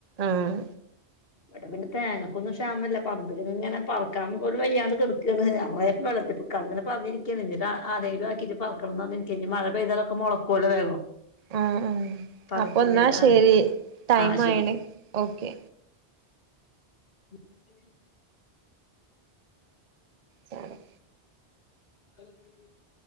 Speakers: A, on the right; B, on the left.
A: ആഹ്.
B: ഇവ്ടെ പിന്നെ തേങ്ങക്കൊന്നും ക്ഷാമല്ല പറമ്പ്ൽങ്ങനെ പർക്കാൻ പോലും വയ്യാ. <unintelligible> ക്ക്ണ് അവ വെള്ളത്തിക്കൾങ്ങനെ പറഞ്ഞിരിക്കാണ് ഇനി ആരേലും ആക്കിട്ട് പർക്കണംന്നർഞ്ഞ്. കെഞ്ഞ് ഇഞ് മഴ പെയ്താ തൊക്കെ മൊള് ക്കല്ലോ വേഗം.
A: ആ ആ
B: പറക്കില്ലേല്
A: അപ്പൊ ഇന്നാ ശെരി
B: അത്
A: ടൈമായിണ്
B: ആ ശരി
A: ഓക്കെ.
B: <inaudible>
A: സാണം.
B: <inaudible>